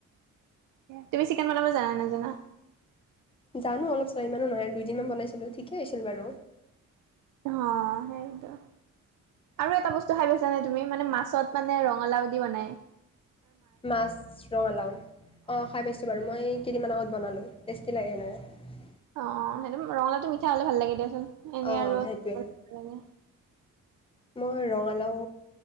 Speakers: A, on the right; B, on the left.
A: তুমি চিকেন বনাব জানা নে নাজানা?
B: জানোঁ অলপ। ছয়মানো নহয়, দুইদিনমান বনাইছিলোঁ। ঠিকে হৈছিল বাৰু।
A: অ' সেয়েটো। আৰু এটা বস্তু খাই পাইছানে তুমি? মানে মাছত মানে ৰঙালাও দি বনায়।
B: মাছ ৰঙালাও, অ' খাই পাইছোঁ বাৰু। মই কেইদিনমান আগত বনালোঁ। টেষ্টি লাগে সেনেকে।
A: অ' সেইটো ৰঙালাওটো মিঠা হ'লে ভাল লাগে দিয়াচোন। এনে
B: অঁ
A: আৰু
B: সেইটোৱে
A: <inaudible> লাগে
B: মই ৰঙালাও